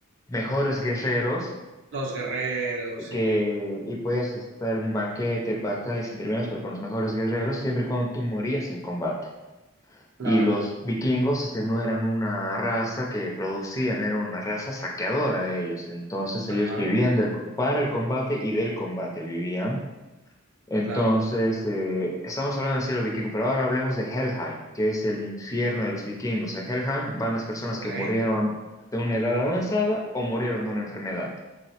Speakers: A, on the left (about 15°); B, on the right (about 60°).
A: mejores guerreros
B: los guerreros, sí,
A: que y podías estar en un banquete, batallas entre menos, pero con los mejores guerreros, siempre y cuando tú morías en combate.
B: claro,
A: Y los vikingos este, no eran una raza que producían, eran una raza saqueadora de ellos. Entonces ellos
B: ajá,
A: vivían del, para el combate y del combate vivían. Entonces,
B: claro,
A: eh, estamos hablando del cielo vikingo, pero ahora hablemos de Helheim, que es el infierno de los vikingos. A Helheim van las personas
B: ok,
A: que murieron de una edad avanzada o murieron de una enfermedad